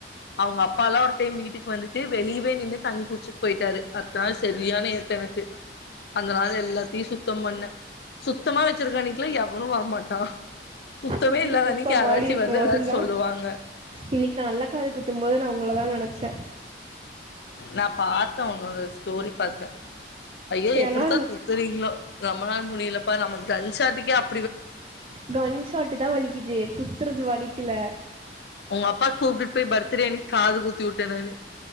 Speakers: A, on the left (about 70°); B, on the right (about 30°).
A: அவ்ங்க அப்பாலா ஒரு டைம் வீட்டுக்கு வந்துட்டு வெளிவ் வே நின்னு தண்ணி குட்ச்சுட் போயிட்டாரு அட்த்த நாள் செரியான ஏத்து எனக்கு அந்த நாள்ல எல்லாத்தையு சுத்தம் பண்ணே சுத்தமா வச்சிருக்கன்னைக்குலா எவனு வரமாட்டா சுத்தமே
B: வீடு
A: இல்லாத
B: குப்ப
A: அன்னைக்கு யாராச்சு
B: மாரி இருக்கு
A: வந்து ஏதாச்சு
B: அதுதா
A: சொல்லுவாங்க
B: இன்னக்கி நா அல்ல காது குத்தும் போது நா உங்களதா நெனச்சே
A: நா பாத்த ஒன்னோட ஸ்டோரி பாத்த ஐயோ
B: ஏன்னா
A: எப்டித்தா குத்துறீங்ளோ நம்மனால முடிய்ல ப்ப நம்ம கன்ஷாட்டுகே அப்
B: கன் ஷாட்டு தா வலிக்கிது குத்துறது வலிக் கிள்ள
A: ஒங்க அப்பாக் கூப்டுட் போய் பர்த்ரேனு காது குத்திவுட்டே நானு